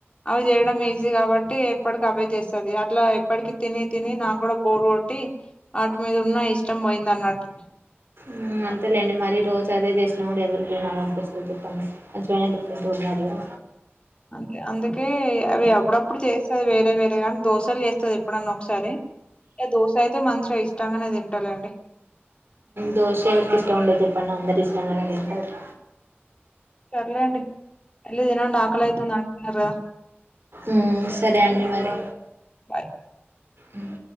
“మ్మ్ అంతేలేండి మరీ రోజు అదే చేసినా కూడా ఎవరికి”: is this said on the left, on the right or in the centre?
Right